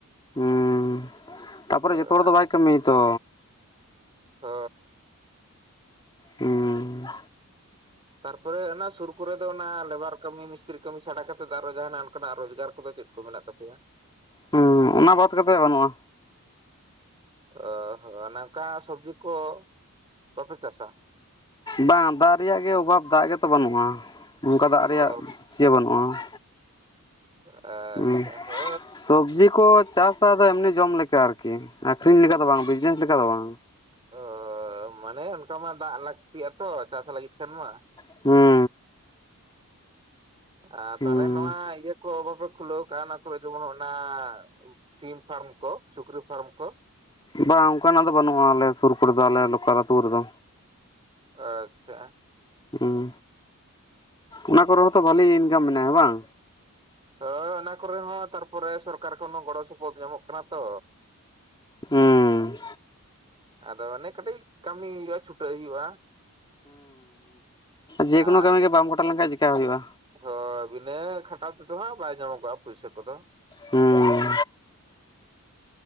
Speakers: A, on the left; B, on the right.
A: ᱦᱩᱸ ᱛᱟᱯᱚᱨᱮ
B: ᱦᱳᱭ
A: ᱡᱚᱛᱚ ᱦᱚᱲ ᱫᱚ ᱵᱟᱭ ᱠᱟᱹᱢᱤᱭᱟ ᱛᱚ᱾
B: ᱦᱚ
A: ᱦᱩᱸ
B: ᱛᱟᱨᱯᱚᱨᱮ ᱚᱱᱟ ᱥᱩᱨ ᱠᱚᱨᱮ ᱫᱚ ᱚᱱᱟ ᱞᱮᱵᱟᱨ ᱠᱟᱹᱢᱤ ᱢᱤᱥ ᱛᱨᱤ ᱠᱟᱹᱢᱤ ᱪᱷᱟᱰᱟ ᱠᱟᱛᱮ ᱫᱚ ᱟᱨᱚ ᱡᱟᱦᱱᱟᱜ ᱚᱱᱠᱟᱱᱟᱜ ᱨᱳᱡᱽᱜᱟᱨ ᱠᱚᱫᱚ ᱪᱮᱫ ᱠᱚ ᱢᱮᱱᱟᱜ ᱛᱟᱯᱮᱭᱟ?
A: ᱦᱩᱸ ᱚᱱᱟ ᱵᱟᱫ ᱠᱟᱛᱮᱫ ᱵᱟᱹᱱᱩᱜᱼᱟ᱾
B: ᱟᱸ ᱦᱚᱸ ᱱᱚᱝᱠᱟ ᱥᱚᱵᱽᱡᱤ ᱠᱚ ᱵᱟᱯᱮ ᱪᱟᱥᱟ?
A: ᱵᱟᱝ ᱫᱟᱜ ᱨᱮᱭᱟᱜ ᱜᱮ ᱚᱵᱷᱟᱵᱽ ᱫᱟᱜ ᱜᱮᱛᱚ ᱵᱟᱹᱱᱩᱜᱼᱟ᱾ ᱱᱚᱝᱠᱟ ᱫᱟᱜ ᱨᱮᱭᱟᱜ
B: ᱚ
A: ᱪᱮᱫ ᱵᱟᱹᱱᱩᱜᱼᱟ᱾
B: ᱟᱪᱪᱷᱟ
A: ᱦᱩᱸ
B: ᱦᱳ
A: ᱥᱚᱵᱽᱡᱤ ᱠᱚ ᱪᱟᱥᱟᱫᱚ ᱮᱢᱱᱤ ᱡᱚᱢ ᱞᱮᱠᱟ ᱟᱨᱠᱤ, ᱟᱹᱠᱷᱨᱤᱧ ᱞᱮᱠᱟ ᱫᱚ ᱵᱟᱝ ᱵᱤᱡᱽᱱᱮᱥ ᱞᱮᱠᱟ ᱫᱚ ᱵᱟᱝ᱾
B: ᱚ ᱢᱟᱱᱮ ᱚᱱᱠᱟ ᱢᱟ ᱫᱟᱜ ᱞᱟᱹᱠᱛᱤᱜ ᱟ ᱛᱚ ᱪᱟᱥ ᱞᱟᱹᱜᱤᱫ ᱠᱷᱟᱱ ᱢᱟ᱾
A: ᱦᱩᱸ
B: ᱟ
A: ᱦᱩᱸ
B: ᱛᱟᱦᱞᱮ ᱱᱚᱣᱟ ᱤᱭᱟᱹ ᱠᱚ ᱵᱟᱯᱮ ᱠᱷᱩᱞᱟᱹᱣ ᱠᱟᱜᱼᱟ ᱚᱱᱟ ᱠᱚᱨᱮ ᱡᱮᱢᱚᱱ ᱚᱱᱟ ᱥᱤᱢ ᱯᱷᱟᱨᱢ ᱠᱚ ᱥᱩᱠᱨᱤ ᱯᱷᱟᱨᱢ ᱠᱚ᱾
A: ᱵᱟᱝ ᱚᱱᱠᱟᱱᱟᱜ ᱫᱚ ᱵᱟᱹᱱᱩᱜᱼᱟ ᱟᱞᱮ ᱥᱩᱨ ᱠᱚᱨᱮᱫᱚ ᱟᱞᱮ ᱞᱚᱠᱟᱞ ᱟᱹᱛᱳ ᱨᱮᱫᱚ᱾
B: ᱟᱪᱪᱷᱟ᱾
A: ᱦᱩᱸ ᱚᱱᱟ ᱠᱚᱨᱮ ᱦᱚᱸᱛᱚ ᱵᱟᱹᱞᱤ ᱤᱱᱠᱟᱢ ᱢᱮᱱᱟᱜᱼᱟ ᱵᱟᱝ?
B: ᱦᱚ ᱚᱱᱟ ᱠᱚᱨᱮ ᱦᱚᱸ ᱛᱟᱨᱯᱚᱨᱮ ᱥᱚᱨᱠᱟᱨ ᱠᱷᱚᱱ ᱦᱚᱸ ᱜᱚᱲᱚ ᱥᱚᱯᱚᱦᱚᱫ ᱧᱟᱢᱚᱜ ᱠᱟᱱᱟ ᱛᱚ
A: ᱦᱩᱸ
B: ᱟᱫᱚ ᱚᱱᱮ ᱠᱟᱹᱴᱤᱡ ᱠᱟᱹᱢᱤ ᱦᱩᱭᱩᱜᱼᱟ ᱪᱷᱩᱴᱟᱹᱜ ᱦᱩᱭᱩᱜᱼᱟ᱾
A: ᱡᱮᱱᱳ
B: ᱟᱨ
A: ᱠᱟᱹᱢᱤ ᱜᱮ ᱵᱟᱢ ᱜᱚᱴᱟᱣ ᱞᱮᱱᱠᱟᱱᱡ ᱪᱮᱠᱟ ᱦᱩᱭᱩᱜᱼᱟ᱾
B: ᱦᱳᱭ ᱵᱤᱱᱟᱹ ᱠᱷᱟᱴᱟᱣ ᱛᱮᱫᱚ ᱦᱟᱸᱜ ᱵᱟᱭ ᱧᱟᱢᱚᱜᱚᱜᱼᱟ ᱯᱩᱭᱥᱟᱹ ᱠᱚᱫᱚ᱾
A: ᱦᱩᱸ